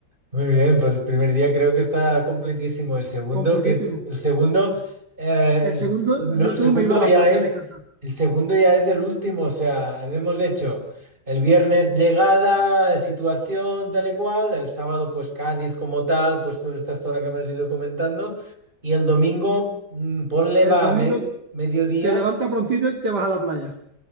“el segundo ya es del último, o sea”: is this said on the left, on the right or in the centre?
Right